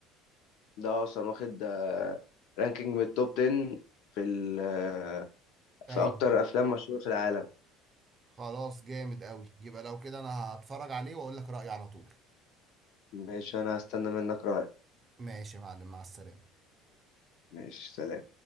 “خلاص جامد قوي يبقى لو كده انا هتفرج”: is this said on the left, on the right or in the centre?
Right